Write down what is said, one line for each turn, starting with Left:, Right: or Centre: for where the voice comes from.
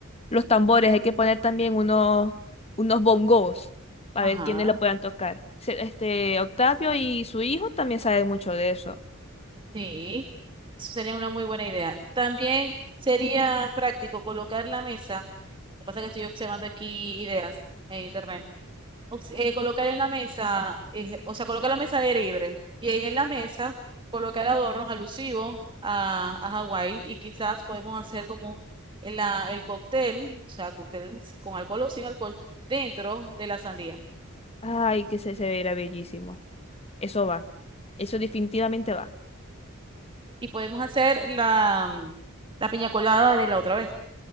Left: Los tambores, hay que poner también unos, unos bongos para
Right: Ajá,
Left: ver quiénes lo puedan tocar. Se- Este, Octavio y su hijo también saben mucho de eso.
Right: sí, eso sería una muy buena idea. También sería práctico colocar la mesa. Lo que pasa es que estoy observando aquí ideas en internet. ox- eh, colocar en la mesa, eh, o sea, colocar la mesa de libre y en la mesa colocar adornos alusivos a, a Hawái y quizás podemos hacer como el, la- el cóctel, o sea, cóctel con alcohol o sin alcohol, dentro de la sandía.
Left: Ay, que se, se verá bellísimo. Eso va. Eso definitivamente va.
Right: Y podemos hacer la, mm, la piña colada de la otra vez,